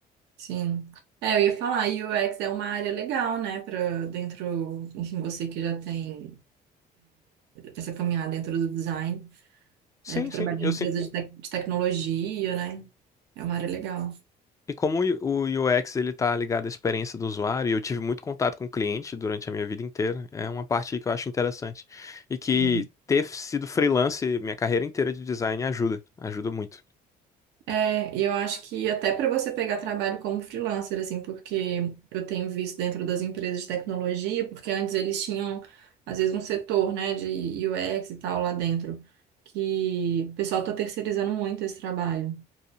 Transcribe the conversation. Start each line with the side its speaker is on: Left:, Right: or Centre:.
Right: Sim. É, eu ia falar, UX é uma área legal, né, para dentro, enfim, você que já tem essa caminhada dentro do design,
Left: Sim,
Right: é, para trabalhar
Left: sim, eu
Right: em empresa
Left: sim.
Right: de, tec- de tecnologia, né? É uma área legal.
Left: E como o o UX ele está ligado à experiência do usuário, e eu tive muito contato com o cliente durante a minha vida inteira, é uma parte que eu acho interessante. E que
Right: Sim.
Left: ter sido freelance minha carreira inteira de design ajuda, ajuda muito.
Right: É, e eu acho que até para você pegar trabalho como freelancer, assim, porque eu tenho visto dentro das empresas de tecnologia, porque antes eles tinham, às vezes, um setor, né, de UX e tal lá dentro, que o pessoal está terceirizando muito esse trabalho.